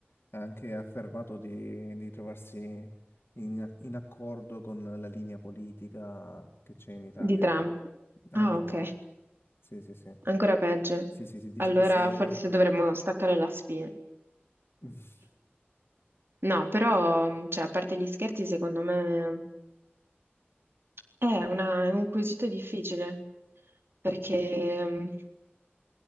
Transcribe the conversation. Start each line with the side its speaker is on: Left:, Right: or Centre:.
Left: ha anche affermato di, di trovarsi in, in accordo con la linea politica che c'è in Italia.
Right: di Trump.
Left: Anche,
Right: Ah, ok.
Left: in- sì, sì, sì.
Right: Ancora peggio.
Left: Sì, sì, si dice
Right: Allora
Left: che se...
Right: forse dovremmo staccare la spina.
Left: <laughs>
Right: No, però, cioè, a parte gli scherzi, secondo me è una- è un quesito difficile perché